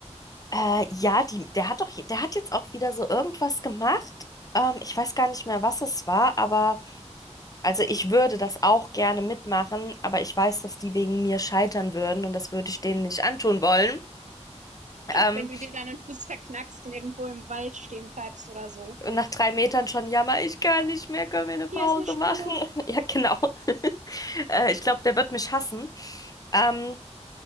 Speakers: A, on the left; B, on the right.
A: Äh, ja, die, der hat doch, je- der hat jetzt auch wieder so irgendwas gemacht. Ähm, ich weiß gar nicht mehr, was es war, aber also ich würde das auch gerne mitmachen, aber ich weiß, dass die wegen mir scheitern würden und das würde ich denen nicht antun wollen. Ähm,
B: wenn du dir dann den Fuß verknackst und irgendwo im Wald stehen bleibst oder so.
A: Und nach drei Metern schon, jammer, ich kann nicht mehr, können wir eine
B: Hier
A: Pause
B: ist eine Spinne.
A: machen? <laughs> Ja, genau. <laughs> Äh, ich glaube, der wird mich hassen. Ähm,